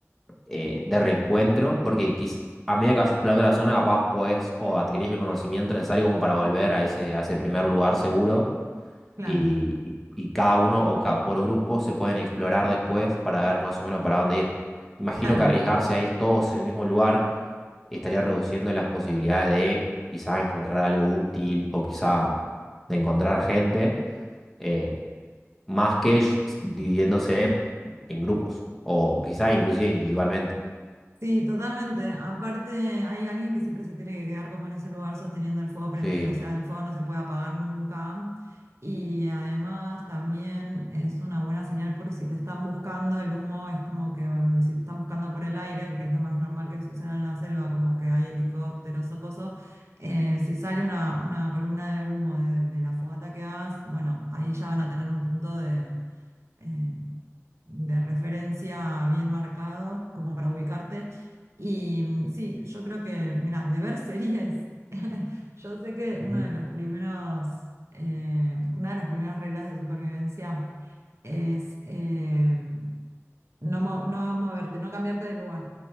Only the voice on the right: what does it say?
Claro,
claro.
Sí, totalmente. Aparte, hay alguien que siempre se tiene que quedar como en ese lugar sosteniendo el fuego prendido,
o sea, el fuego no se puede apagar nunca. Y además también es una buena señal porque si te están buscando el humo, es como que mm, si te están buscando por el aire, porque es lo más normal que suceda en la selva, como que hay helicópteros o cosas, eh, si sale una, una columna de humo de, de la fogata que hagas, bueno, ahí ya van a tener un punto de eh, de referencia bien marcado como para ubicarte. Y mm, sí, yo creo que, mira, de ver series, <laughs> yo sé que uno
de los primeros, eh, una de las primeras reglas de supervivencia es... em, no, mo- no moverte, no cambiarte de lugar.